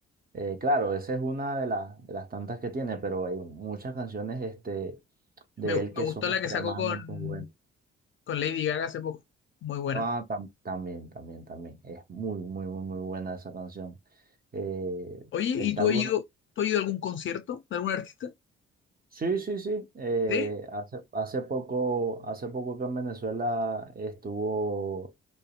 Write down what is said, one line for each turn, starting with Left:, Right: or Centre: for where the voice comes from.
Right: Eh, claro, esa es una de las, de las tantas que tiene, pero hay muchas canciones este, de
Left: Me,
Right: él
Left: me
Right: que
Left: gustó
Right: son
Left: la
Right: extremadamente
Left: que sacó con,
Right: buenas.
Left: con Lady Gaga hace poco. Muy buena.
Right: Ah, tam- también, también, también. Es muy, muy, muy, muy buena esa canción. Eh,
Left: Oye,
Right: está
Left: ¿y tú
Right: Bruno
Left: has ido, tú has ido a algún concierto de algún artista?
Right: Sí, sí, sí. Eh,
Left: ¿Sí?
Right: hace, hace poco, hace poco que en Venezuela estuvo,